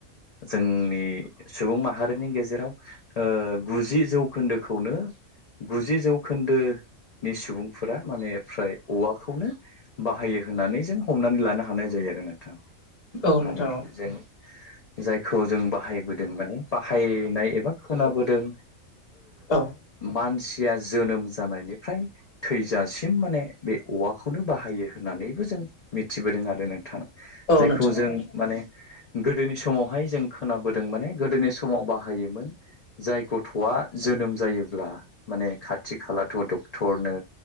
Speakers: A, on the left; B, on the left.
A: जोंनि सुबुं माहारिनि गेजेराव ओ गुजि जौखोन्दोखौनो गुजि जौखोन्दो। नि सुबुंफोरा माने फ्राय औवाखौनो बाहायो होननानै जों हमनानै लानो हानाय जायो।
B: औ
A: मान
B: नोंथां औ
A: जों जायखौ जों। बाहायबोदों माने बाहायनाय एबा खोनाबोदों
B: औ
A: मान सिया जोनोम जानायनिफ्राय थैजासिम माने बे औवाखौनो बाहायो होननानैबो जों मिथिबोदों आरो नोंथां।
B: औ
A: जायखौ
B: नोंथां
A: जों
B: औ
A: माने गोदोनि समावहाय जों खोना बोदों माने गोदोनि समाव बाहायोमोन जाय गथ'आ जोनोम जायोब्ला माने खाथि खालाथ' डक्टरनो